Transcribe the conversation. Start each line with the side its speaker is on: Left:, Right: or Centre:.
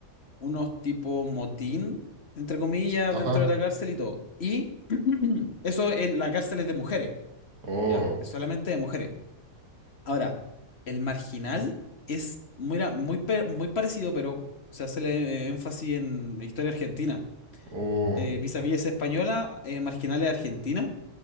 Left: unos tipo motín, entre comillas,
Right: Ajá.
Left: dentro de la cárcel y todo. Y <clears throat> eso, es- la cárcel es de mujeres,
Right: Oh,
Left: ¿ya? Es solamente de mujeres. Ahora, el marginal es muy muy, pe- muy parecido, pero se hace el eh, énfasis en historia argentina
Right: oh,
Left: eh, Vis a Vis es española, eh, Marginal es argentina,